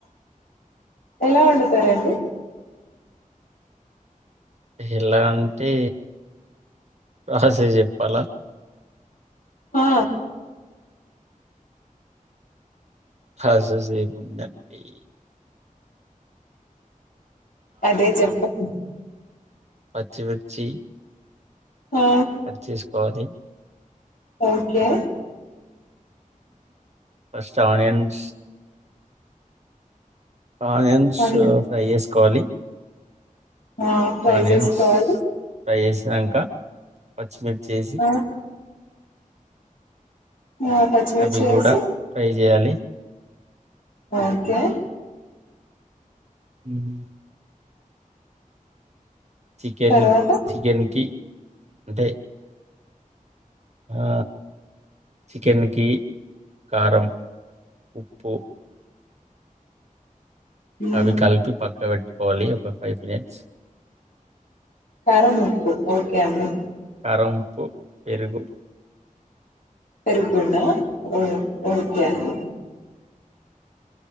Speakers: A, on the left (about 80°); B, on the right (about 50°).
A: ఎలా వండుతారండి?
B: ఎలా అంటే ప్రాస్ తే జెప్పాలా
A: ఆ
B: ప్రాజెస్ ఏముందండి
A: అదే చెప్పండి
B: పచ్చి మిర్చి
A: ఆ
B: కట్ జేసుకోవాలి
A: ఓకే
B: ఫస్ట్ ఆనియన్స్ ఆనియన్స్
A: అని
B: ఫ్రై జేస్కోవాలి
A: ఆ ఫ్రై
B: ఆనియన్స్
A: చేసుకోవాలి
B: ఫ్రై చేసినంకా పచ్చిమిర్ చేసి
A: ఆ హా పచ్చిమిర్చి
B: అవి
A: యేసి
B: గూడా ఫ్రై చేయాలి.
A: ఓకే
B: హ్మ్ చికెన్
A: తర్వాత
B: చికెన్ కి అంటే ఆ చికెన్కి కారం ఉప్పు
A: మ్మ్
B: అవి కలిపి పక్కబేట్టుకోవాలి ఒక ఫైవ్ మినిట్స్,
A: కారం ఉప్పు ఓకే అండి
B: కారం ప్పు, పెరుగు
A: పెరుగున్నా ఉమ్ ఓకే అండి